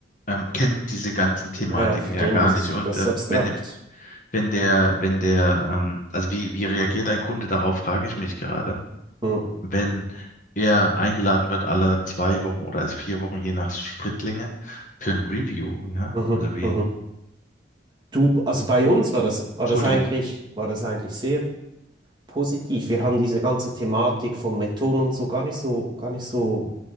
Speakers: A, on the left; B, on the right.
A: ähm, kennt diese ganzen Thematiken
B: ja, ja, für den
A: ja gar
B: ist
A: nicht und
B: das
A: ähm,
B: abstrakt.
A: wenn, wenn der, wenn der, ähm, also wie, wie reagiert ein Kunde darauf, frage ich mich gerade
B: Mhm,
A: wenn er eingeladen wird, alle zwei Wochen oder also vier Wochen, je nach Sprintlänge, für ein Review, ja.
B: mhm,
A: Also wie,
B: mhm. Du, also bei uns war das, war
A: Entschuldigung,
B: das eigentlich, war das eigentlich sehr positiv. Wir haben diese ganze Thematik von Methoden und so gar nicht so, gar nicht so,